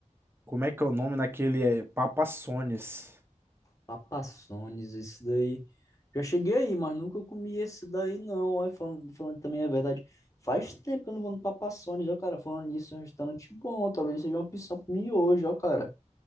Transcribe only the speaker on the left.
Papassones, isso daí. Já cheguei aí, mas nunca comi esse daí, não. Ó, falando, falando também é verdade. Faz tempo que eu não vou no Papassones, ó, cara. Falando nisso, é um restaurante bom. Talvez seja uma opção pra mim hoje, ó, cara.